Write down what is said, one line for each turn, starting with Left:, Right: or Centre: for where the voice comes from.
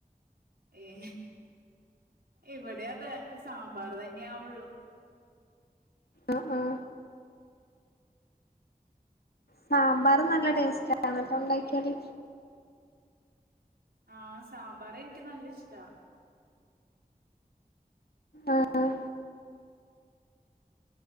Right: ഏഹ് ഇവട്യതെ സാമ്പാറ് തന്ന്യാവൊള്ളു
Left: ആഹ് ആഹ് സാമ്പാറ് നല്ല ടേസ്റ്റാണല്ലോണ്ടാക്ക്യാല്
Right: പി ആഹ് സാമ്പാറ് എൻക്ക് നല്ലഷ്ടാ
Left: ആഹ് ആഹ്